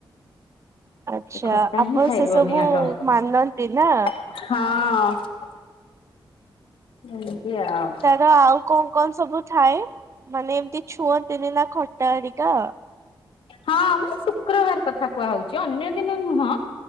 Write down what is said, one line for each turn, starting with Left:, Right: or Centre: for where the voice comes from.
Right: ଆଚ୍ଛା
Left: ସେ ଖଟା
Right: ଆପଣ
Left: ହିଁ ଖାଇବନି
Right: ସେ ସବୁ
Left: ଆଗ
Right: ମାନନ୍ତି ନା?
Left: ହଁ। ଏମିତି ଆଉ।
Right: ତାର ଆଉ କଣ କଣ ସବୁ ଥାଏ ମାନେ ଏମିତି ଛୁଅଁନ୍ତିନିନା ଖଟା ହେରିକା?
Left: ହଁ ମାନେ ଶୁକ୍ରବାର କଥା କୁହା ହଉଛି ଅନ୍ୟଦିନେ ନୁହଁ।